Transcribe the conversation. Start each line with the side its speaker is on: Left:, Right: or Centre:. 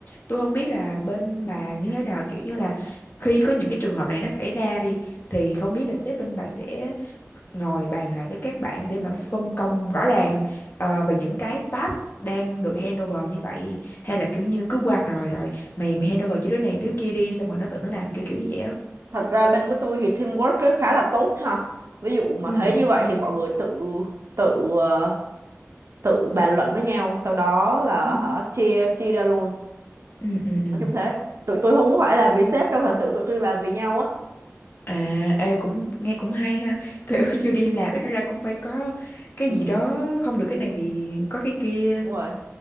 Left: tôi không biết là bên bà như thế nào kiểu như là khi có những cái trường hợp này nó xảy ra đi thì không biết là sếp bên bà sẽ ngồi bàn lại với các bạn để mà phân công rõ ràng ờ, về những cái task đang được handover như vậy hay là kiểu như cứ quăng rồi rồi mày mày handover cho đứa này đứa kia đi xong rồi nó tự nó làm kiểu kiểu như vậy á
Right: thật ra bên của tôi thì teamwork cứ khá là tốt ha ví dụ mà
Left: ừ
Right: thấy như vậy thì mọi người tự tự ờ, tự bàn luận với nhau sau đó là
Left: Ừ.
Right: họ chia chia ra luôn
Left: ừ ừ ừ
Right: nói chung thế tụi tôi không có phải làm vì sếp đâu thật sự tụi tôi làm vì nhau á
Left: À, ê, cũng nghe cũng hay ha <laughs> kiểu như đi làm ít ra cũng phải có cái
Right: ừ,
Left: gì đó không được cái này thì có cái kia
Right: đúng rồi